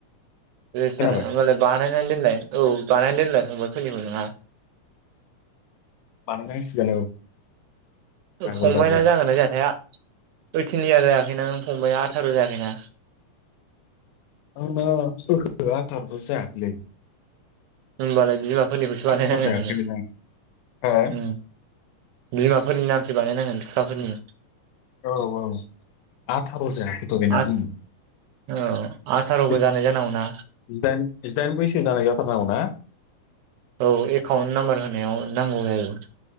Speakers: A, on the right; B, on the left.
A: रेजिस्टारा
B: खोनाबाय
A: होमबालाय बानायनानै दोनलाय औ बानायनानै दोनलाय फंबायफोरनिबो नोंहा
B: बानाय नांसिगोन औ डाबल
A: फंबायना
B: डाबल
A: जागोन ना जायाथाय ओइटिन इयार जायाखैना नों फंबाया आथार' जायाखैना
B: <unintelligible>
A: होमबालाय बिमाफोरनिखौसो बानायनांगोन
B: आथार' जायाखै
A: नोङो
B: बेना हो
A: ओम बिमाफोरनि नामसो बानायनांगोन <unintelligible>
B: औ औ आथार' जायाखैथ' बेना
A: आ
B: उम
A: औ आथार'बो
B: जिदाइन
A: जानाय जानांगौना
B: जिदाइन बैसो जानाय जाथारनांगौ ना?
A: औ एकाउन्ट नाम्बार होनायाव नांगौ जायो।